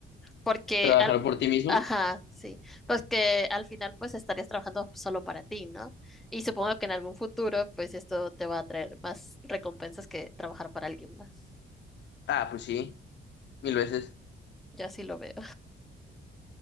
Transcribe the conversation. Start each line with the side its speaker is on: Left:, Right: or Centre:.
Centre: Porque
Left: ¿Trabajar
Centre: al,
Left: por ti mismo?
Centre: ajá, sí, pues que al final pues estarías trabajando solo para ti, ¿no? Y supongo que en algún futuro pues esto te va a traer más recompensas que trabajar para alguien más.
Left: Ah, pues sí, mil veces.
Centre: Yo así lo veo.